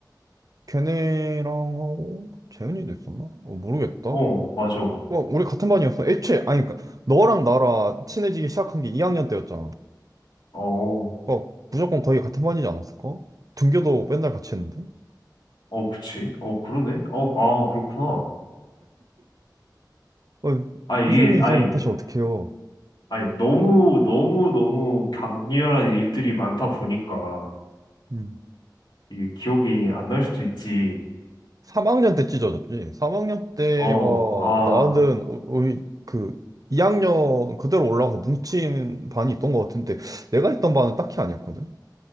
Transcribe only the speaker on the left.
어,
맞아. 어,
어,
그치. 어, 그러네. 어, 아, 그렇구나.
아, 이게,
아니,
아니, 너무, 너무, 너무 강렬한 일들이 많다 보니까,
이게 기억이 안 날 수도 있지.
어, 아,